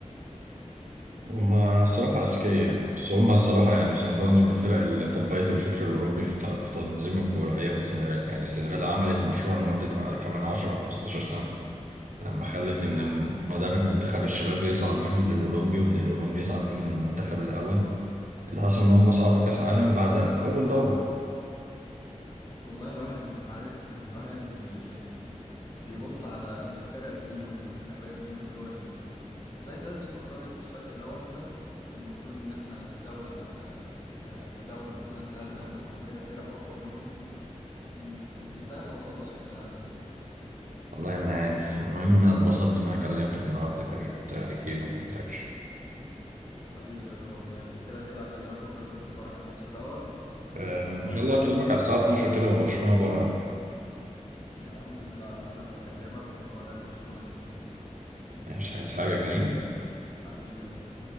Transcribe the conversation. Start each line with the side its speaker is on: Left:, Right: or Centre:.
Right: هما الصراحة أذكياء يعني بس هما الصراحة يعني صن داونز من الفرق اللي طبقت الفكر الأوروبي في ت- في تنظيم الكورة هي والسنغال يعني السنغال عملت مشروع لمدة كمان 10 15 سنة لما خلت إن مدرب منتخب الشباب يصعد بيهم للأولمبي ومن الأولمبي يصعد بيهم للمنتخب الأول اللي حصل إن هما صعدوا كأس عالم بعد في أول دورة
Left: والله الواحد انت عارف يعني الواحد بي بيبص على الفرق دي والمنتخبات دي والدول دي ازاي الناس دي فكرت بالشكل ده واحنا المفروض ان احنا دولة آه، ك... كدولة المفروض احنا اغنى منهم عندنا فرق اقوى منهم م- ازاي احنا ما وصلناش للكلام ده
Right: والله ما عارف المهم اتبسطت إن أنا كلمتك النهاردة يا كريم بقالي كتير ما كلمتكش
Left: حبيبي يا جو والله كده كده هكلمك بكرة ننزل نتفرج على الماتش سوا واوعدك
Right: آه، ان شاء الله اكلمك على الساعه 12 كده وبرشلونه بره
Left: يا عم لا لا انا اللي هكلمك وهقول لك برشلونة في النهائي
Right: ماشي عايز حاجه يا كريم
Left: حبيبي يا جو